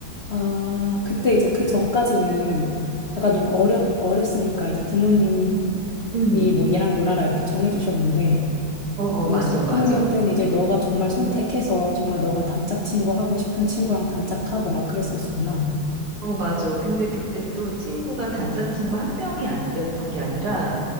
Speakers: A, on the left; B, on the right.
A: 아, 그때 이제 그 전까지는 약간 좀 어렸, 어렸으니까 이제 부모님이
B: 음.
A: 뭐 얘랑 놀아라 이렇게 정해주셨는데,
B: 어, 어, 맞아,
A: 6학년
B: 맞아.
A: 때는 이제 너가 정말 선택해서 정말 너가 단짝 친구 하고 싶은 친구랑 단짝하고 막 그랬었구나.
B: 어, 맞아. 근데 그때 또 친구가 단짝 친구 한 명이었던 게 아니라